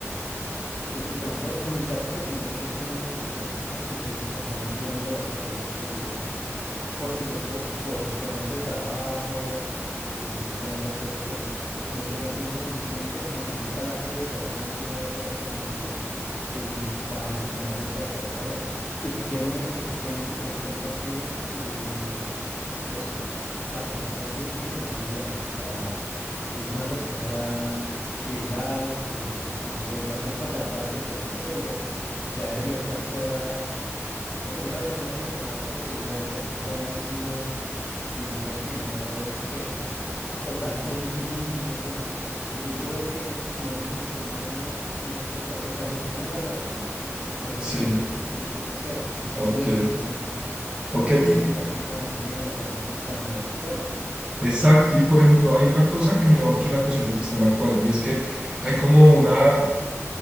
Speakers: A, on the left (about 50°); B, on the right (about 20°).
A: Pues sí, por ejemplo, en mi caso, pues digamos, yo tengo un niño de seis años y pues efectivamente yo lo envío a la escuela porque porque pues po- por temas de trabajo o porque me ocupo en otras cosas, pues no tengo tiempo suficiente, aunque yo trato de dedicarle una o dos horas a mi hijo eh, para enseñarle y para que haga tareas. Y efectivamente, yo me, efectivamente me doy cuenta que eh, los, la profesora que él tiene no es muy buena, o sea, es una persona ya de edad, eh, que es- no sé cuánto le faltará para pensionarse, pero ya debería estar fuera no sé, ya la deberían haber pensionado porque la educación que da no es muy buena debido a que no, no sé, o sea, o tal vez hay muchos niños, no sé, no. Entonces yo veo que no les enseña, no, o, cua- o sea, les hace una evaluación, pero como
B: Sí,
A: que no les explica qué es lo que hay que hacer. Y son
B: ok.
A: niños de seis años
B: Ok,
A: que tienen
B: y
A: que prácticamente bandearse, bandearse solos.
B: Exacto, y por ejemplo, hay una cosa que me llama mucho la atención del sistema actual y es que hay como una,